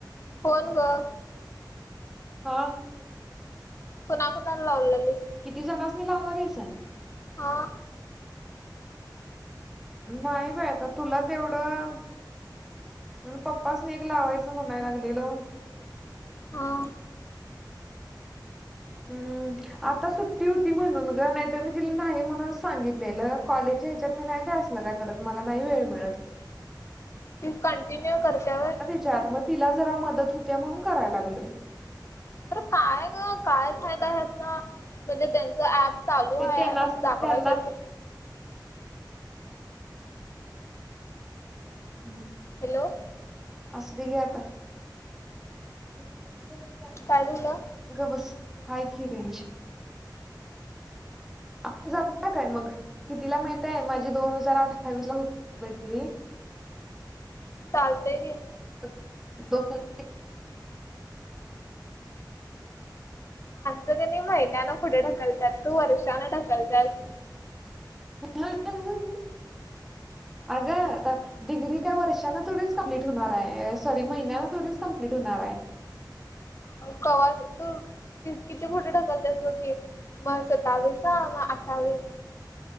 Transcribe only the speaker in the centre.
हा.
किती जणासनी लावणार आहेस?
नाही बाय आता तुला तेवढं म पप्पासनी एक लावायचं म्हणाय लागलेलो.
हम्म आता सुट्टी होती म्हणून गं, नाहीतर मी तिला नाही म्हणून सांगितलेलं कॉलेज हेच्यात मी नाही बय असलं काय करत, मला नाही वेळ मिळत.
त्यात मग तिला जरा मदत होत्या, म्हणून करायं लागलोय.
ते
त्यांना
त्यांना हम.
असुदे घे आता. <unintelligible> तेच्या ग्रुप
गं बस हाय, कि रेंज. आपण जाऊया काय मग, कितीला माहित आहे माझी दोन हजार अठ्ठावीस ला होती डिग्री.
<unintelligible>
हा <unintelligible>
आगं डिग्री काय वर्षान थोडीच कंप्लीट होणार हाय, सॉरी महिन्याला थोडीच कंप्लीट होणार हाय.